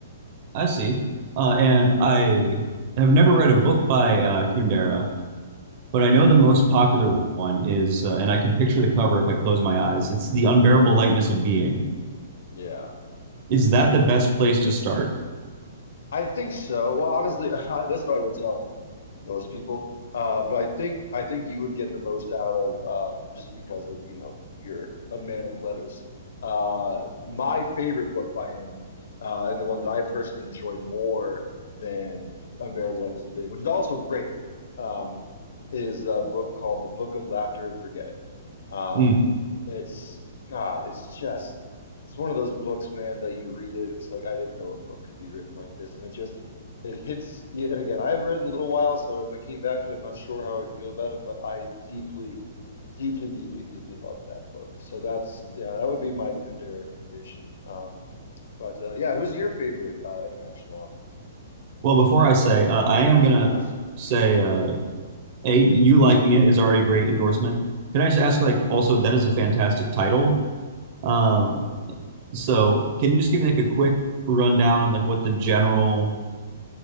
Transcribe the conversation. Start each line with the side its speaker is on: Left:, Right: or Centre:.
Right: I see. Uh, and
Left: Yeah,
Right: I have never read a book by uh, Kundera, but I know the most popular one is, uh, and I can picture the cover if I close my eyes. It's The Unbearable Lightness of Being.
Left: yeah, that's
Right: Is
Left: a
Right: that
Left: great
Right: the best
Left: one.
Right: place to start?
Left: I think so. Well, honestly, <laughs> that's what I would tell most people. Uh, but I think I think you would get the most out of um, just because of, you know, you're a man of letters. Uh, my favorite book by him, uh, and the one that I personally enjoy more than Unbearable Lightness of Being, which is also great, um, is a book called The Book of Laughter and Forgetting. Um,
Right: Mm.
Left: it's God, it's just. It's one of those books, man, that you read it and it's like, I didn't know a book could be written like this. And it just, it hits you. And again, I haven't read in a little while, so if I came back to it, I'm not sure how I'd feel about it, but I deeply, deeply, deeply, deeply love that book. So that's, yeah, that would be my Kundera recommendation. Um, but uh, yeah, who's your favorite uh, international author?
Right: Well, before I say, uh, I am gonna
Left: Yes, Let's
Right: say, uh, A, you liking it is already a great endorsement. Can I just ask, like, also, that is a fantastic title. Um, so can you just give me like a quick rundown on like what the general